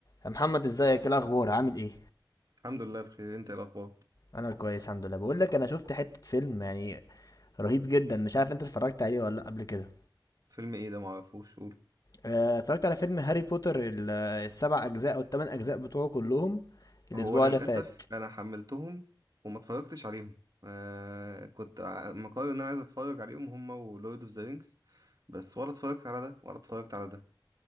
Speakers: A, on the left (about 45°); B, on the right (about 50°).
A: يا محمد ازيك إيه الاخبار عامل ايه
B: الحمد لله بخير انت ايه الاخبار
A: انا كويس الحمد لله بقول لك انا شفت حته فيلم يعني رهيب جدا مش عارف انت اتفرجت عليه ولا لأ قبل كده
B: فيلم ايه ده معرفوش قول
A: آه، اتفرجت على فيلم هاري بوتر ال- السبع اجزاء او الثمان اجزاء بتوعه كلهم الاسبوع
B: هو للاسف
A: اللي فات
B: انا حملتهم وما اتفرجتش عليهم آه كنت ع- مقرر ان انا عايز اتفرج عليهم هما ولورد اوف ذا رينجز بس ولا اتفرجت على ده ولا اتفرجت على ده